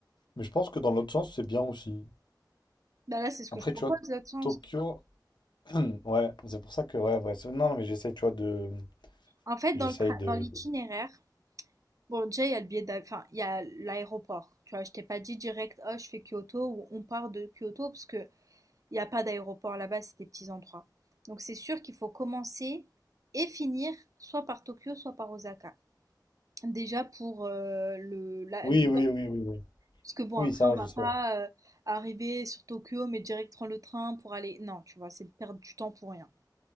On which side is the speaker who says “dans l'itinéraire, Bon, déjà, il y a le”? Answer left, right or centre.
Right